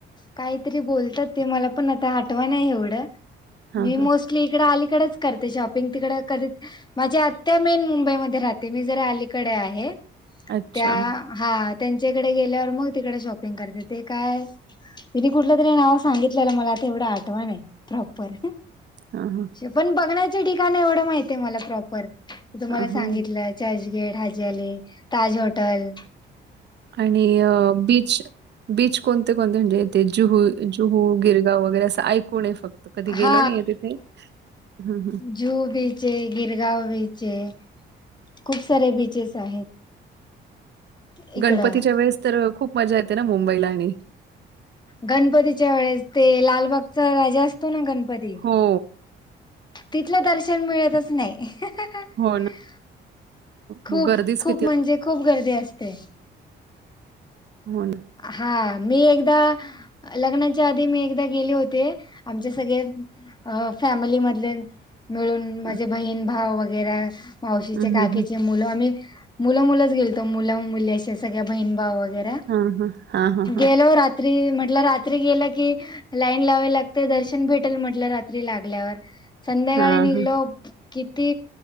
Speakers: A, on the left; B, on the right.
A: काहीतरी बोलतात ते मला, पण आता अटवाना नाही एवढं,
B: हां,
A: मी मो
B: हां.
A: ती इकडअलीकडंच करते शॉपिंग, तिकडं कधी माझी आत्या मेन मुंबईमध्ये राहते, मी जरा, अलीकडे आहे,
B: अच्छा.
A: त्या हा, त्यांच्याकडे गेल्यावर, मग तिकडे शॉपिंग करते, ते काय तिने कुठलं तरी नाव सांगितलेलं मला, ते एवढं आठवाणय. प्रॉपर,
B: हां, हां.
A: पण बघण्याचे ठिकाण, एवढं माहती आहे मला प्रॉपर. तुम्हाला
B: हां,
A: सांगितलं
B: हां.
A: चर्चगेट, हाजी अली, ताज हॉटल.
B: आणि बीच, बीच कोणते कोणते म्हणजे, ते जुहू जुहू, गिरगाव वगैरे असं, ऐकून ये फक्त, कधी
A: हा
B: गेलो नाहीे तिथे, हम हम.
A: जुह बीच ये, गिरगाव बीच ये, खूप सारे बीचेस आहेत. इकडं
B: गणपतीच्या वेळेस तर खूप मजा येते, ना मुंबईला आणि
A: गणपतीच्या वेळेस, ते लालबागचा राजा असतो ना, गणपती.
B: हो.
A: तिथलं दर्शन मिळतच नाही.
B: हो ना
A: अ <inaudible> खूप
B: मग गर्दीच
A: खूप
B: किती
A: म्हणजे, खूप गर्दी असते.
B: हो ना.
A: हा, मी एकदा, लग्नाच्या आधी मी एकदा गेले होते. आमचे सगळे अ फॅमिली मधले मिळून, माझे
B: हां.
A: बहीण भाव वगैरा, मावशीचे
B: हं,
A: का
B: हं, हं.
A: मुलं आम्ही, मुलं मुलं गेलतो, मुल-मुली अशे सगळ्या बहीण भाव वगैरे
B: हां, हां. हां, हां, हां.
A: गेलो रात्री, म्हटल रात्री गेल की, लाईन लावाला ते दर्शन भेटेल म्हटलं रात्री लागल्यावर, संध्याकाळी
B: हां,
A: निघलो
B: हां.
A: किती